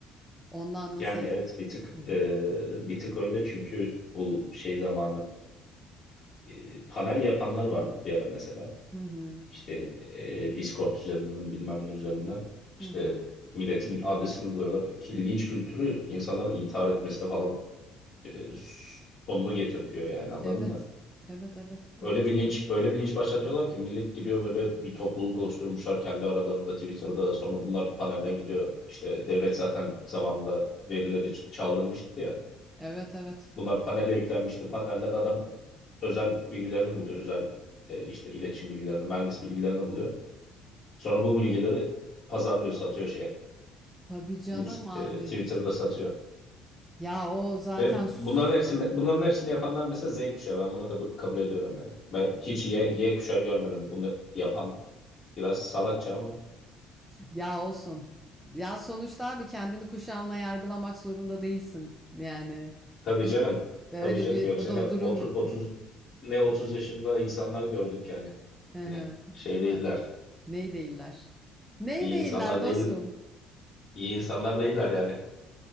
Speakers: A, in the centre; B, on the left.
A: Ondan nasıl
B: Yani
A: etki...
B: evet bir tık
A: Hı hı.
B: e, bir tık öyle çünkü bu şey zamanı e, panel yapanlar vardı bir ara mesela.
A: Hı hı.
B: İşte e, Discord üzerinden bilmem ne üzerinden işte
A: Hı hı.
B: milletin adresini buluyorlar ki linç kültürü insanların intihar etmesine falan e, sonunu getirtiyor yani anladın
A: Evet.
B: mı?
A: Evet evet evet
B: Öyle bir
A: çok
B: linç,
A: haklısın.
B: öyle bir linç başlatıyorlar ki millet gidiyor böyle bir topluluk oluşturmuşlar kendi aralarında Twitter'da. Sonra bunlar panelden gidiyor. İşte devlet zaten zamanında verileri ç- çaldırmıştı ya.
A: Evet evet.
B: Bunlar panele yüklenmişti. Panelden adam özel bilgilerini buluyor. Özel e, işte iletişim bilgilerini, mühendis bilgilerini buluyor. Sonra bu bilgileri pazarlıyor, satıyor şeye.
A: Tabii canım
B: İns-
A: abi.
B: e, Twitter'da satıyor.
A: Ya o zaten
B: Ve
A: sus-
B: bunların hepsi bunların hepsini yapanlar mesela Z kuşağı. Ben bunu kabul, kabul ediyorum yani. Ben hiç Y, Y kuşağı görmedim bunu yapan Biraz salakça ama.
A: ya olsun. Ya sonuçta abi kendini kuşağınla yargılamak zorunda değilsin. Yani
B: Tabii canım.
A: öyle
B: Tabii canım.
A: bir
B: Yoksa
A: o da
B: ne 30,
A: durum
B: 30 ne 30 yaşında insanlar gördük yani.
A: Ehe,
B: Hani şey
A: değil
B: değiller.
A: mi? Ney değiller? Ney
B: İyi
A: değiller
B: insanlar
A: dostum?
B: değil. iyi insanlar değiller yani.